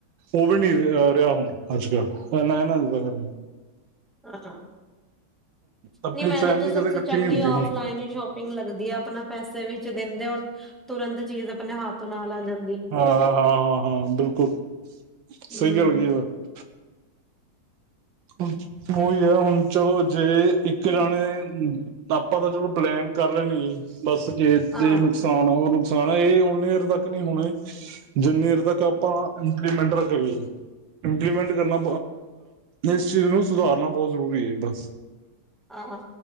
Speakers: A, on the right (about 70°); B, in the centre.
A: ਉਹ ਵੀ ਨੀ ਰਿਹਾ ਹੁਣ ਅੱਜ ਕੱਲ ਨਾ ਇਹਨਾਂ ਦਾ ਕਰ।
B: ਹਾਂ
A: ਆਪਣੀ
B: ਨਹੀਂ ਮੈਨੂੰ
A: ਫੈਮਿਲੀ
B: ਤਾਂ ਸਭਤੋਂ
A: ਕਦੇ ਇਕੱਠੀ
B: ਚੰਗੀ
A: ਨੀ ਹੁੰਦੀ
B: ਔਫਲਾਈਨ
A: ਹੁਣ
B: ਹੀ ਸ਼ੋਪਿੰਗ ਲੱਗਦੀ ਹੈ। ਆਪਣਾ ਪੈਸੇ ਵਿੱਚ ਦਿੰਦੇ ਹੁਨ ਤੁਰੰਤ ਚੀਜ਼ ਆਪਣੇ ਹੱਥ ਨਾਲ ਆ ਜਾਂ
A: ਹਾਂ ਹਾਂ ਹਾਂ ਹਾਂ ਬਿਲਕੁਲ ਸਹੀ
B: ਹਮ
A: ਗੱਲ ਕਹੀ। ਉਹੀ ਹੈ ਹੁਣ ਚਲੋ ਜੇ ਇੱਕ ਜਾਣੇ ਆਪਾਂ ਤਾਂ ਚਲੋ ਪਲੈਨ ਕਰ ਲੈਣੀ। ਬਸ ਖੇਤ
B: ਹਾਂ
A: ਦੇ ਨੁਕਸਾਨ ਆ ਓਹਨੂ। ਸਾਰਾ ਇਹ ਓਹਨੀ ਦੇਰ ਤੱਕ ਨਹੀਂ ਹੋਣਾਐ ਜਿੰਨੀ ਦੇਰ ਤੱਕ ਆਪਾਂ ਇੰਪਲੀਮੈਂਟ ਨਾ ਕਰੀਏ ਇੰਪਲੀਮੈਂਟ ਕਰਨਾ ਇਸ ਚੀਜ਼ ਨੂੰ ਸੁਧਾਰਨਾ ਬਹੁਤ ਜ਼ਰੂਰੀ ਹੈ ਬਸ।
B: ਆਹ